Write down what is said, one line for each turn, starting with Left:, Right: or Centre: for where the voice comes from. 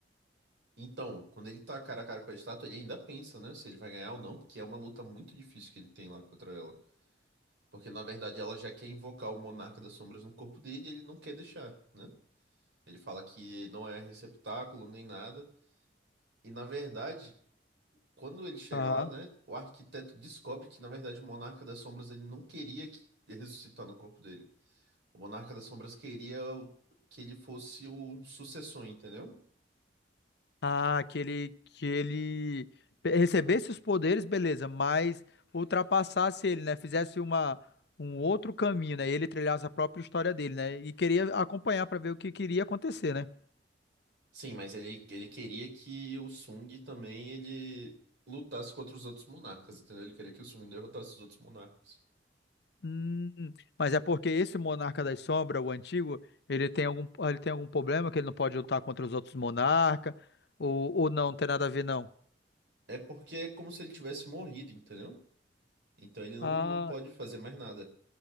Right: Então, quando ele tá cara a cara com a estátua, ele ainda pensa, né, se ele vai ganhar ou não, porque é uma luta muito difícil que ele tem lá contra ela. Porque, na verdade, ela já quer invocar o Monarca das Sombras no corpo dele e ele não quer deixar, né? Ele fala que não é receptáculo nem nada. E, na verdade, quando ele chega
Left: Aham.
Right: lá, né, o arquiteto descobre que, na verdade, o Monarca das Sombras ele não queria que ressuscitar no corpo dele. O Monarca das Sombras queria que ele fosse o sucessor, entendeu?
Left: Ah, que ele, que ele pe- recebesse os poderes, beleza, mas ultrapassasse ele, né? Fizesse uma, um outro caminho, né? Ele trilhasse a própria história dele, né? E queria acompanhar para ver o que queria acontecer, né?
Right: Sim, mas ele, ele queria que o Sung também ele lutasse contra os outros monarcas, entendeu? Ele queria que o Sung derrotasse os outros monarcas.
Left: Hum, mas é porque esse Monarca das Sombras, o antigo, ele tem algum, ele tem algum problema que ele não pode lutar contra os outros monarcas, ou, ou não, não tem nada a ver, não.
Right: É porque é como se ele tivesse morrido, entendeu? Então ele não,
Left: Ah,
Right: não pode fazer mais nada.